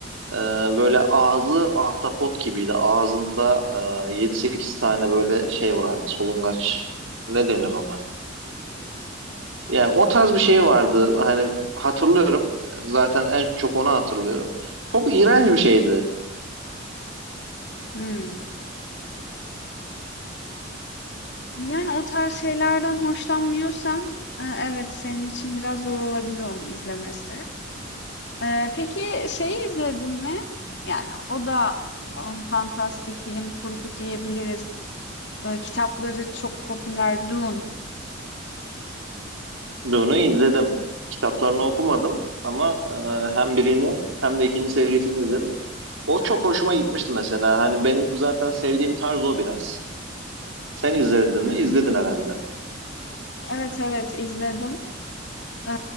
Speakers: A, on the right; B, on the left.
A: Ee, böyle ağzı ahtapot gibiydi. Ağzında e, 7-8 tane böyle şey vardı. Solungaç ne denir ona? Yani o tarz bir şey vardı. Hani hatırlıyorum. Zaten en çok onu hatırlıyorum. Çok iğrenç bir şeydi.
B: Hmm. Yani o tarz şeylerden hoşlanmıyorsan e, evet senin için biraz zor olabilir onu izlemesi. E, peki şeyi izledin mi? Yani o da um, fantastik bilim kurgu diyebiliriz. E, kitapları çok popüler. Dune.
A: Dune'u izledim. Kitaplarını okumadım ama e, hem birini hem de ikinci serisini izledim. O çok hoşuma gitmişti mesela. Hani benim zaten sevdiğim tarz o biraz. Sen izledin mi?
B: Hmm,
A: İzledin herhalde.
B: Evet evet izledim. E,